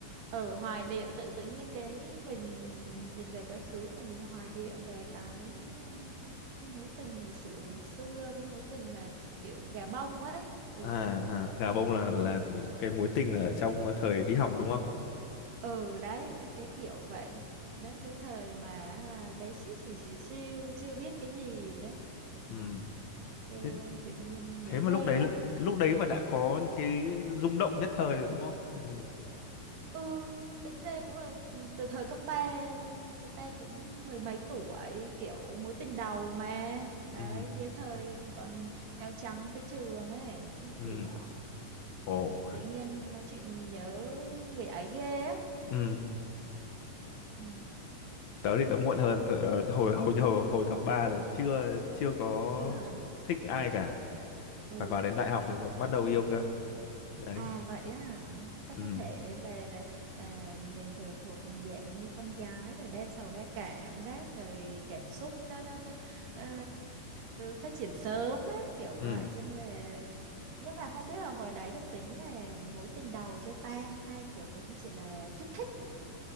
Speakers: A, on the right; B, on the left.
A: ở hoài niệm tự tự nhiên cái mình nhìn về quá khứ mình hoài niệm về cái à, cái mối tình ngày xưa ngày xưa cái mối tình mà kiểu gà bông ấy. Ừ.
B: À, à gà bông là là những cái mối tình ở trong thời đi học đúng không?
A: Ừ đấy cái, cái kiểu vậy. Đấy cái thời mà à, bé xíu xíu xíu xíu chưa biết cái gì đấy.
B: Ừ.
A: Eo
B: Thế
A: ơi tự nhiên
B: thế
A: nhớ
B: mà
A: ghê
B: lúc đấy
A: á.
B: là- lúc đấy mà đã có những cái rung động nhất thời rồi đúng không? Hay là
A: Ừ, tính ra cũng là từ thời cấp ba người ta cũng mười mấy tuổi kiểu mối tình đầu mà đấy
B: ừ
A: dưới thời còn áo trắng tới trường ấy cái
B: ừ
A: kiểu
B: ồ
A: ừ, tự nhiên nói chuyện nhớ người ấy ghê ấy
B: ừ
A: ừ
B: tớ thì tớ muộn hơn tớ, ờ, hồi hồi hồi hồi cấp 3 là chưa chưa có
A: chưa hả
B: thích ai cả.
A: ừ
B: Phải vào đến đại học thì mới bắt đầu yêu cơ. Đấy.
A: À vậy á hả? Chắc
B: Ừ.
A: có thể là là à, mình thừa thuộc dạng như con gái rồi đa sầu đa cảm đấy, rồi cảm xúc nó nó nó ờ, phát triển sớm ấy, kiểu
B: Ừ,
A: vậy cho nên là nhưng mà không biết là hồi đấy được tính là mối tình đầu chưa ta hay kiểu cũng chỉ là thích thích ừ,